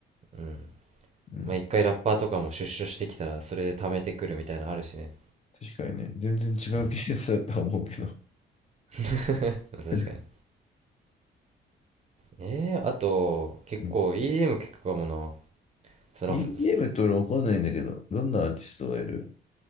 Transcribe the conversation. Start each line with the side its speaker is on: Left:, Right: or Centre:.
Right: うん。
Left: うん、
Right: まあ、一回ラッパーとかも出所してきたら、それで貯めてくるみたいなのあるしね。
Left: 確かにね、全然違うケースだとは思うけど。
Right: うん。<laughs> 確か
Left: う
Right: に。えー、あと、結構
Left: ん
Right: EDM 聞くかもな。その、
Left: EDM
Right: す
Left: って俺わかんないんだけど、どんなアーティストがいる